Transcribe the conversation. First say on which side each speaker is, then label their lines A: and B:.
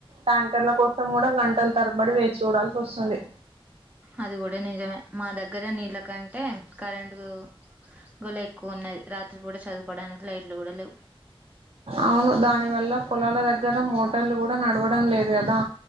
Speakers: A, on the right (about 80°); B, on the right (about 15°).
A: ట్యాంకర్ కోసం కూడా గంటలు తరబడి వేచి చూడాల్సి వస్తుంది
B: అది కూడా నిజమే మా దగ్గర నీళ్ళ కంటే కరెంు గొల ఎక్కువ ఉన్నది రాత్రి కూడా చదువుకోవడానికి లైట్లు కూడా లేవు
A: అవును దాని వల్ల పొలాల దగ్గర మోటార్లు కూడా నడవడం లేదు కదా